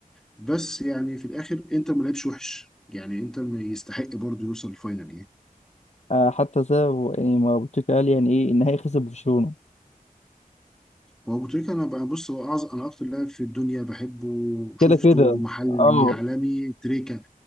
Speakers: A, in the centre; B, on the left.
A: بس يعني في الاخر انتر ما لعبش وحش يعني انتر ما يستحق برضه يوصل الفاينل يعني
B: آه، حتى زي يعني ما بوتيكا قال يعني ايه النهائي خسر برشلونه
A: هو ابو تريكه انا بقى بص هو اعظم انا اكتر لاعب في الدنيا بحبه
B: كده
A: شفته
B: كده
A: محلي
B: اه
A: عالمي تريكه